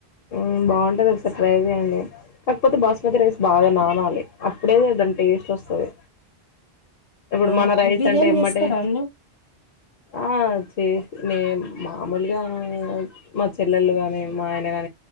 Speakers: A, on the left; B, on the left.
A: ఉమ్ బాగుంటది ఒకసారి ట్రై చేయండి, కాకపోతే బాస్మతి రైస్ బాగా నానాలి, అప్పుడే దాని టేస్ట్ ఒస్తది. ఇప్పుడు
B: ఆ
A: మన రైస్
B: బిర్యానీ
A: అంటే ఎమ్మటే
B: చేస్తారా అండి
A: ఆ చేస్ నేన్ మామూలుగా మా చెల్లెళ్ళు గని మా ఆయన గాని